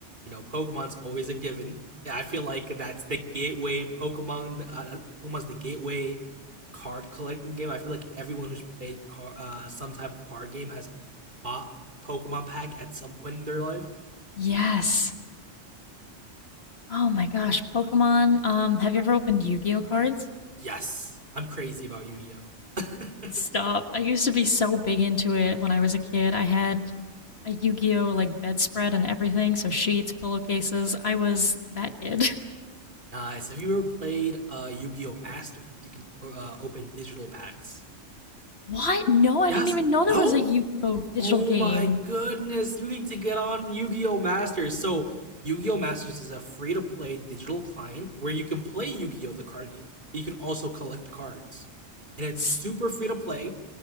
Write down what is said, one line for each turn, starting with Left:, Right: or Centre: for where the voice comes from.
Right: You know, Pokemon's always a given. Yeah, I feel like that's the gateway Pokemon. Uh, Pokemon's the gateway card collecting game. I feel like everyone who's played car, uh, some type of card game has bought a Pokemon pack at some point in their life.
Left: Yes. Oh my gosh, Pokemon. Um, have you ever opened Yu-Gi-Oh cards?
Right: Yes, I'm crazy about Yu Gi Oh.
Left: Stop.
Right: <laughs>
Left: I used to be so big into it when I was a kid. I had a Yu-Gi-Oh like bedspread and everything, so sheets, pillowcases. I was that kid. <laughs>
Right: Nice. Have you ever played uh Yu-Gi-Oh Masters? You can uh, open digital packs.
Left: What? No, I
Right: Yes.
Left: didn't even know there
Right: No?
Left: was a Yu-Gi-Oh! digital
Right: Oh
Left: game.
Right: my goodness. You need to get on Yu-Gi-Oh Masters. So, Yu-Gi-Oh Masters is a free-to-play digital client where you can play Yu-Gi-Oh the card game. But you can also collect the cards. And it's
Left: S-
Right: super free to play.